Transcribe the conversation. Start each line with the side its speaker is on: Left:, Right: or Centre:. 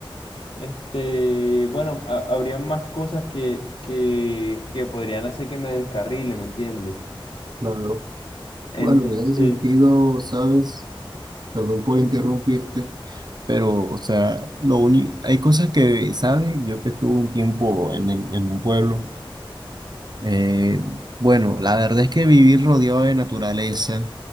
Left: Este, bueno, ha- habría más cosas que, que, que podrían hacer que me descarrile, ¿me entiendes?
Right: claro.
Left: Entonces,
Right: Bueno, en ese sentido, ¿sabes? Perdón por interrumpirte, pero, o sea, lo único, hay cosas que, ¿sabes? Yo que estuve un tiempo en el, en un pueblo, eh, bueno, la verdad es que vivir rodeado de naturaleza,